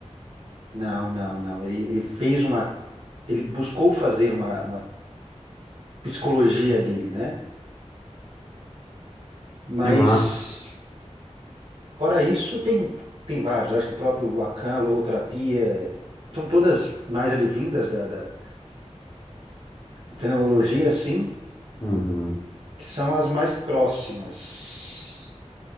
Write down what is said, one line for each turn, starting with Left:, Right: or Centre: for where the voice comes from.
Right: Não, não, não. Ele, ele fez uma. Ele buscou fazer uma, uma psicologia dele, né? Mas,
Left: Que massa.
Right: fora isso, tem, tem vários. Acho que o próprio Lacan, logoterapia, são todas mais advindas da, da fenomenologia, assim,
Left: Uhum,
Right: que são as mais próximas,